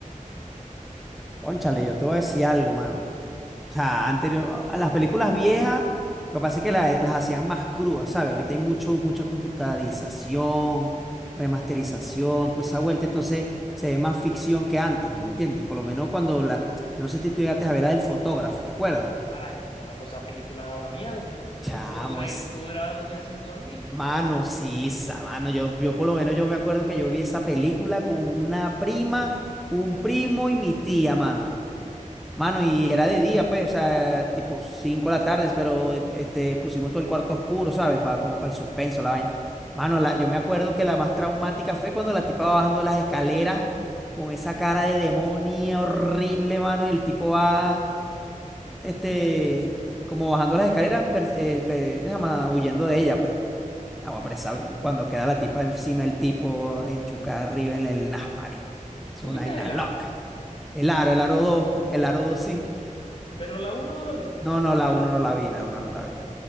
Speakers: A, in the centre; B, on the left (about 40°).
A: Cónchale, yo te voy a decir algo, mano. O sea, anterior a las películas viejas, lo que pasa es que la- las hacían más crudas, ¿sabes? Ahorita hay mucho, mucha computarización, remasterización, toda esa vuelta, entonces se ve más ficción que antes, pues, ¿me entiendes? Por lo menos cuando la, yo no sé si tú llegaste a ver la del fotógrafo, ¿te acuerdas?
B: Ah, el fotógrafo, esa película daba miedo, men. Eso,
A: Chamo,
B: eso dura-
A: es,
B: tú durabas dos días sin dormir.
A: mano, sí, esa, mano, yo, yo por lo menos yo me acuerdo que yo vi esa película con una prima, un primo y mi tía, mano. Mano, y era de día, pues, o sea, tipo 5 de la tarde, pero eh, este, pusimos todo el cuarto oscuro, ¿sabes? Pa- como para el suspenso, la vaina. Mano, la, yo me acuerdo que la más traumática fue cuando la tipa va bajando las escaleras con esa cara de demonio horrible, mano, y el tipo va, este, como bajando las escaleras, per- eh, pe- ¿cómo se llama? huyendo de ella, pues. Agua, pero esa- cuando queda la tipa encima del tipo, enchucada arriba en el Nasmari. Es
B: Tú
A: una
B: viste
A: vaina
B: El Aro,
A: loca. El aro, el aro dos, el aro 2
B: pero la uno no la viste.
A: No, no, la uno no la vi, la uno no la vi.